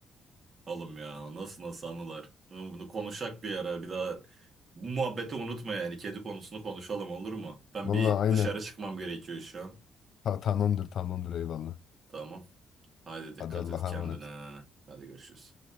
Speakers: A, on the right; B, on the left.
A: Oğlum ya nasıl nasıl anılar. Oğlum Bunu konuşak bir ara bir daha bu muhabbeti unutma yani kedi konusunu konuşalım olur mu? Ben
B: Vallahi
A: bir dışarı
B: aynen.
A: çıkmam gerekiyor şu an.
B: Ta tamamdır tamamdır eyvallah.
A: Tamam. Hadi dikkat
B: Hadi Allah'a
A: et kendine.
B: emanet.
A: Hadi görüşürüz.